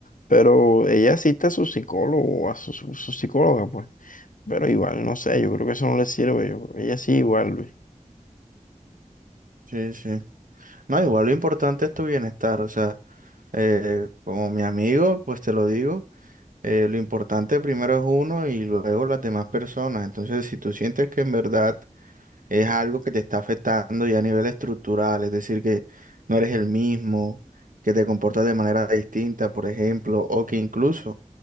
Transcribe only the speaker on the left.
Pero ella cita a su psicólogo, a su, su- su psicóloga, pues. Pero igual, no sé, yo creo que eso no le sirve. yo- ella sí, igual, Luis.